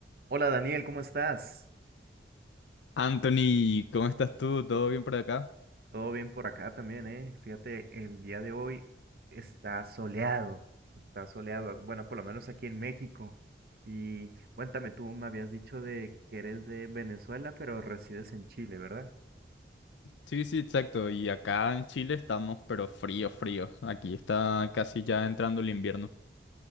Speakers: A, on the right; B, on the left.
A: Hola Daniel, ¿cómo estás?
B: Anthony, ¿cómo estás tú? ¿Todo bien por acá?
A: Todo bien por acá también, ¿eh? Fíjate, el día de hoy está soleado, está soleado, bueno, por lo menos aquí en México. Y cuéntame, tú me habías dicho de que eres de Venezuela, pero resides en Chile, ¿verdad?
B: Sí, sí, exacto. Y acá en Chile estamos, pero frío, frío. Aquí está casi ya entrando el invierno.